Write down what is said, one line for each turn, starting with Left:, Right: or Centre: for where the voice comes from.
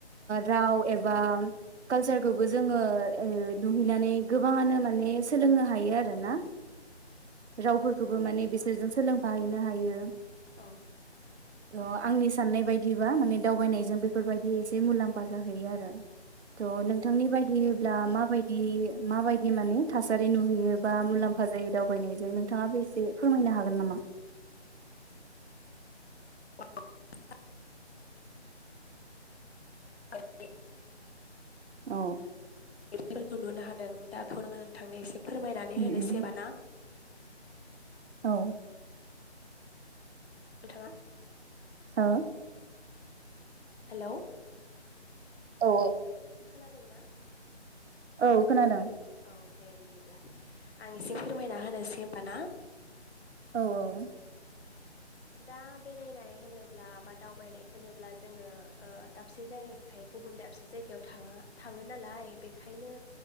Right: राव एबा कालसारखौबो जोङो नुहैनानै गोबाङानो मा माने सोलोंनो हायो आरो ना। रावफोरखौबो माने बिसोरजों सोलोंफाहैनो हायो।
Left: औ।
Right: थ' आंनि साननाय बायदिबा माने दावबायनायजों बेफोरबायदि एसे मुलाम्फा जाहैयो आरो। थ' नोंथांनि बायदिब्ला माबायदि माबायदि माने थास सारि नुहैयो बा मुलाम्फा जायो दावबायनायजोंनो नोंथाङा बे एसे फोरमायनो हागोन नामा?
Left: <unintelligible> <unintelligible>
Right: औ
Left: एखौ नुनो हाद नों दा फोनाङा नोंथांनानि एसे फोरमायनानै
Right: उम
Left: होनोसै
Right: उम
Left: ना?
Right: औ।
Left: नोंथाङा
Right: हो?
Left: हेल'
Right: औ।
Left: दों ना?
Right: औ खोनादों।
Left: औ दे बिदिब्ला आं एसे फोरमायना होनोसै होमबा ना?
Right: औ औ।
Left: औ दा बेरायनाय होनोब्ला बा दावबायनाय होनोब्ला जोङो ओ दाबसे जायगानिफ्राय गुबुन दाबसे जायगायाव थाङा थाङो नालाय बेखायनो